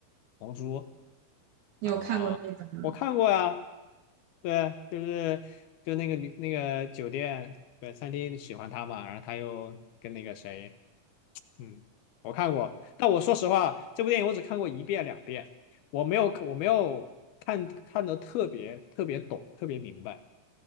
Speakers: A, on the left; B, on the right.
A: 红猪
B: 你有看过那一本吗？
A: 啊，我看过呀，对，就是就那个女那个酒店对餐厅喜欢他嘛，然后他又跟那个谁，嗯，我看过，但我说实话，这部电影我只看过一遍两遍，我没有我没有看看的特别特别懂，特别明白，